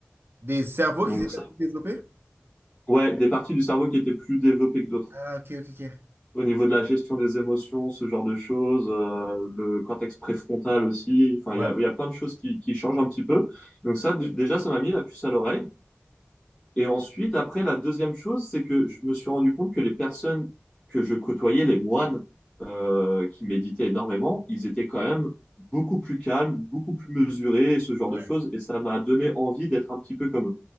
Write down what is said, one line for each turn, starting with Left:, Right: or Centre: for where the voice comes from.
Right: Des cerveaux
Left: Donc
Right: qui étaient
Left: ça,
Right: plus développés?
Left: Ouais, des parties du cerveau qui étaient plus développées que d'autres.
Right: Ah, ok, ok, ok.
Left: Au niveau de la gestion des émotions, ce genre de choses, euh, le cortex préfrontal aussi. Enfin,
Right: Ouais.
Left: il y a, il y a plein de choses qui, qui changent un petit peu. Donc ça, d- déjà, ça m'a mis la puce à l'oreille. Et ensuite, après, la deuxième chose, c'est que je me suis rendu compte que les personnes que je côtoyais, les moines, euh, qui méditaient énormément, ils étaient quand même beaucoup plus calmes, beaucoup plus mesurés, et ce genre
Right: Ouais.
Left: de choses. Et ça m'a donné envie d'être un petit peu comme eux.